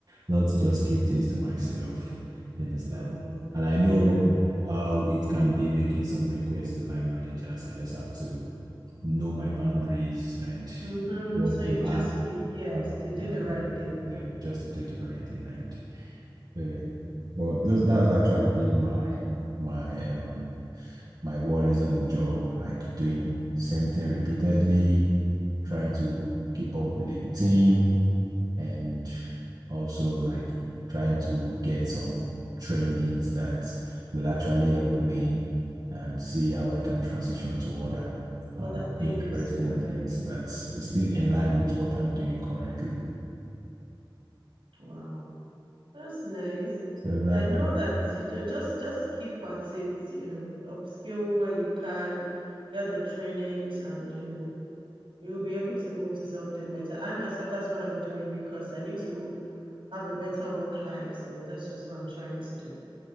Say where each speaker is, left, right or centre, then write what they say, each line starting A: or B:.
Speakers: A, on the right; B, on the right.
A: not to just keep things to myself. You understand?
B: Oh.
A: And I
B: Yeah.
A: know
B: Yeah.
A: how it can be making some requests to line managers. I just have to know my boundaries and
B: Mm-hmm.
A: what
B: So you
A: to
B: just
A: ask.
B: be yes
A: ask,
B: to do the
A: um,
B: right thing.
A: Yeah, just to do the right thing and Really. But those that's actually been my my um my worries on the job, like doing the same thing repeatedly, trying to keep up with the team and also like trying to get some trainings that will actually help me and see how I can transition to other
B: Other
A: um
B: things.
A: interesting
B: Right.
A: things that
B: Mm.
A: is still in line with what I'm doing currently.
B: Wow. That's nice.
A: So that
B: I know that you know just just keep at it. You know, upskill where you can, get the trainings, and you know you'll be able to move to something better. I myself, that's what I'm doing because I need to have a better work life. So that's just what I'm trying to do.